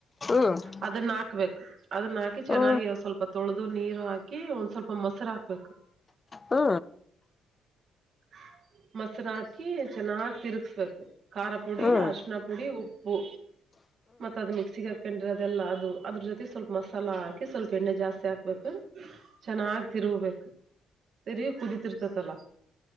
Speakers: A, on the left (about 30°); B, on the right (about 60°).
A: ಹ್ಮ್
B: ಅದನ್ನ ಹಾಕ್ಬೇಕು ಅದನ್ನ ಹಾಕಿ ಚೆನ್ನಾಗಿ
A: ಹ್ಮ್
B: ಸ್ವಲ್ಪ ತೊಳೆದು ನೀರು ಹಾಕಿ ಒಂದ್ ಸ್ವಲ್ಪ ಮೊಸ ಹೆಸರ ಹಾಕ್ಬೇಕು
A: ಹಾ
B: <inaudible> ಮೊಸರ ಹಾಕಿ ಚೆನ್ನಾಗ್ ತಿರುಗ್ಸ್ಬೇಕು ಖಾರ ಪುಡಿ
A: ಹ್ಮ್
B: ಅರ್ಶಿನ ಪುಡಿ ಉಪ್ಪ ಹು ಮತ್ತತ್ ಅದ್ ಮಿಕ್ಸಿಗೆ ಹಾಕೊಂಡ್ರೆ ಅದೆಲ್ಲಾ ಅದು ಅದ್ರ ಜೊತೆ ಸ್ವಲ್ಪ ಮಸಾಲ ಹಾಕಿ ಸ್ವಲ್ಪ ಎಣ್ಣೆ ಜಾಸ್ತಿ ಹಾಕ್ಬೇಕು ಚೆನ್ನಾಗ್ ತಿರುಬೇಕು ಸೆರಿಯ ಕುುದಿತಿರ್ತತಲ್ಲ